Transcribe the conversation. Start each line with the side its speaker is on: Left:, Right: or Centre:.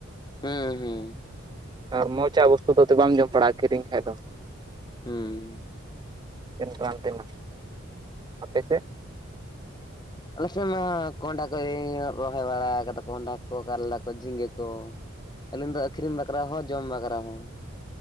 Left: ᱦᱮᱸ ᱦᱮᱸ
Right: ᱟᱨ ᱢᱚᱸᱡᱽ ᱟᱜ ᱵᱚᱥᱛᱩ ᱫᱚ ᱵᱟᱢ ᱡᱚᱢ ᱵᱟᱲᱟᱭ ᱠᱤᱨᱤᱧ ᱠᱷᱟᱡ ᱫᱚ
Left: ᱦᱮᱸ
Right: ᱛᱤᱱ ᱠᱟᱱ ᱛᱤᱱᱟᱹᱜ ᱟᱯᱮ ᱥᱮᱫ
Left: ᱟᱞᱮ ᱥᱮᱫ ᱢᱟ ᱠᱚᱱᱰᱟᱦᱟ ᱠᱚ, ᱤᱧ ᱨᱚᱦᱚᱭ ᱵᱟᱲᱟ ᱠᱟᱫᱟ ᱠᱚᱱᱰᱟᱦᱟ ᱠᱚ, ᱠᱟᱨᱞᱟ ᱠᱚ, ᱡᱷᱤᱸᱜᱟᱹ ᱠᱚ, ᱟᱹᱞᱤᱧ ᱫᱚ ᱟᱠᱷᱨᱤᱧ ᱵᱟᱠᱷᱨᱟ ᱦᱚᱸ ᱡᱚᱢ ᱵᱟᱠᱷᱨᱟ ᱦᱚᱸ ᱾